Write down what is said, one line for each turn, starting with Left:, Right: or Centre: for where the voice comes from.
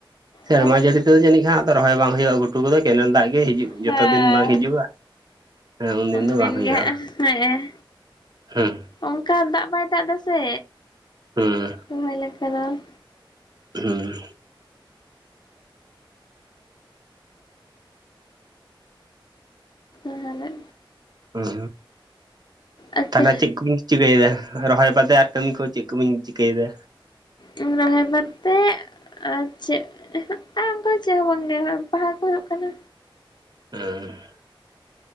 Right: ᱥᱮᱨᱢᱟ
Left: ᱦᱮᱸ
Right: ᱡᱟᱹᱲᱤ ᱛᱮᱫᱚ ᱡᱟᱹᱱᱤᱡ ᱠᱷᱟᱱ ᱟᱫᱚ ᱨᱚᱦᱚᱭ ᱵᱟᱝ ᱦᱳᱭᱳᱜᱼᱟ, ᱜᱷᱩᱴᱩ ᱠᱚᱫᱚ ᱠᱮᱱᱮᱞ ᱫᱟᱜ ᱜᱮ ᱦᱤᱡᱩᱜ ᱡᱚᱛᱚ
Left: ᱦᱮᱸ
Right: ᱫᱤᱱ ᱵᱟᱝ ᱦᱤᱡᱩᱜᱼᱟ᱾ ᱦᱮᱸ ᱩᱱ ᱫᱤᱱ ᱫᱚ
Left: ᱫᱤᱱ
Right: ᱵᱟᱝ ᱦᱩᱭᱩᱜᱼᱟ
Left: ᱜᱮ ᱦᱮᱸᱮᱜ
Right: ᱦᱮᱸ
Left: ᱮ᱾ ᱚᱱᱠᱟ ᱫᱟᱜ ᱵᱟᱭ ᱫᱟᱜ ᱫᱟᱥᱮ,
Right: ᱦᱩᱸ
Left: ᱨᱚᱦᱚᱭ ᱞᱮᱠᱟ ᱫᱚ ᱾
Right: ᱦᱩᱸ᱾
Left: ᱛᱟᱦᱚᱞᱮ?
Right: ᱦᱩᱸ᱾
Left: ᱟᱫᱚ
Right: ᱛᱟᱦᱚᱞᱮ ᱪᱮᱫ ᱠᱚᱵᱤᱱ ᱪᱤᱠᱟᱹᱭᱮᱫᱟ, ᱨᱚᱦᱚᱭ ᱵᱟᱫᱮ ᱟᱨ ᱠᱟᱹᱢᱤ ᱠᱚ ᱪᱮᱫ ᱠᱩᱵᱤᱧ ᱪᱤᱠᱟᱹᱭᱮᱫᱟ?
Left: ᱟᱫᱚ ᱨᱚᱦᱚᱭ ᱵᱟᱨᱛᱮ ᱟᱨ ᱪᱮᱫ, <unintelligible> ᱟᱨ ᱚᱱᱠᱟ ᱪᱮᱫ ᱦᱚᱸ ᱵᱟᱝ ᱜᱮ ᱦᱚᱜ-ᱚᱭ ᱯᱟᱲᱦᱟᱣ ᱠᱚ ᱦᱳᱭᱤᱜ ᱠᱟᱱᱟ᱾
Right: ᱦᱩᱸ᱾